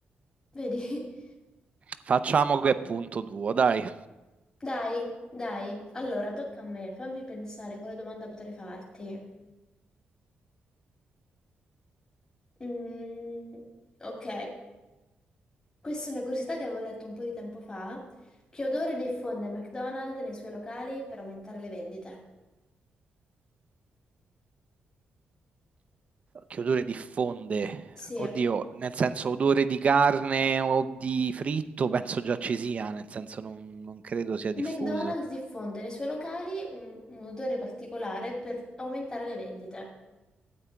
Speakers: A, on the left; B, on the right.
A: vedi?
B: Facciamo che è punto duo, dai.
A: <laughs> Dai, dai. Allora, tocca a me, fammi pensare quale domanda potrei farti. Mm, ok. Questa è una curiosità che avevo letto un po' di tempo fa. Che odore diffonde McDonald's nei suoi locali per aumentare le vendite?
B: Che odore diffonde?
A: Sì.
B: Oddio, nel senso odore di carne o di fritto, penso già ci sia, nel senso non, non credo sia diffuso.
A: McDonald's diffonde nei suoi locali un, un odore particolare per aumentare le vendite.